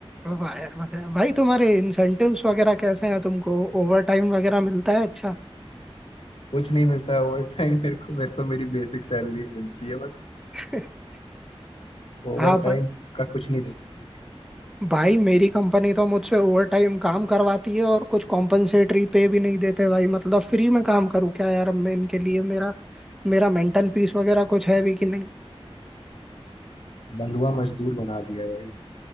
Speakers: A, in the centre; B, on the left (about 70°).
A: वाह यार वगैरह भाई तुम्हारे इंसेंटिव्स वगैरह कैसे हैं तुमको ओवर टाइम वगैरह मिलता है अच्छा
B: कुछ नहीं मिलता है ओवर टाइम मेरे को मेरे को मेरी बेसिक सैलरी मिलती है
A: <laughs>
B: ओवर
A: हाँ भाई
B: टाइम का कुछ नहीं देती है।
A: भाई मेरी कंपनी तो मुझसे ओवर टाइम काम करवाती है और कुछ कॉम्पनसेटरी पे भी नहीं देते भाई मतलब फ्री में काम करूँ क्या यार अब मैं इनके लिए मेरा मेरा मेंटल पीस वगैरह कुछ है भी कि नहीं
B: बंधुआ मजदूर बना दिया है भाई